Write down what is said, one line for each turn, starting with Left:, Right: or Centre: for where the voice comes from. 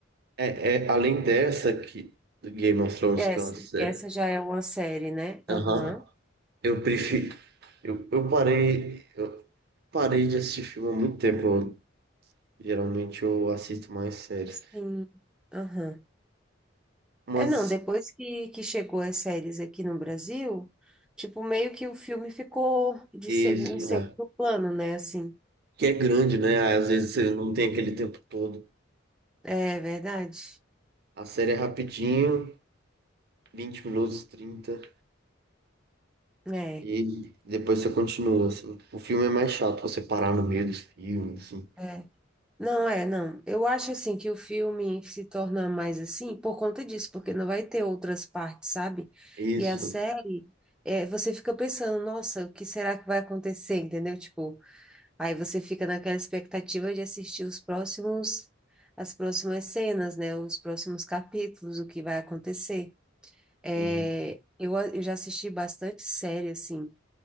Right: É, é, além dessa aqui, do Game of Thrones,
Centre: Essa,
Right: que é uma série.
Centre: essa já é uma série, né?
Right: Aham.
Centre: Aham.
Right: Eu prefiro. Eu, eu parei. Eu parei de assistir filme há muito tempo. Eu- geralmente eu assisto mais séries.
Centre: Sim. Aham.
Right: Mas
Centre: É, não, depois que, que chegou as séries aqui no Brasil, tipo, meio que o filme ficou de
Right: isso,
Centre: segundo, em segundo
Right: é,
Centre: plano, né? Assim,
Right: que é grande, né? Às vezes você não tem aquele tempo todo.
Centre: é verdade.
Right: A série é rapidinho, 20 minutos, 30
Centre: É,
Right: e depois você continua, assim. O filme é mais chato, você parar no meio dos filmes, assim.
Centre: é. Não, é, não. Eu acho assim que o filme se torna mais assim por conta disso, porque não vai ter outras partes, sabe?
Right: Isso.
Centre: E a série, é, você fica pensando, nossa, o que será que vai acontecer, entendeu? Tipo, aí você fica naquela expectativa de assistir os próximos, as próximas cenas, né? Os próximos capítulos, o que vai acontecer. É,
Right: Sim.
Centre: eu, a- eu já assisti bastante série, assim.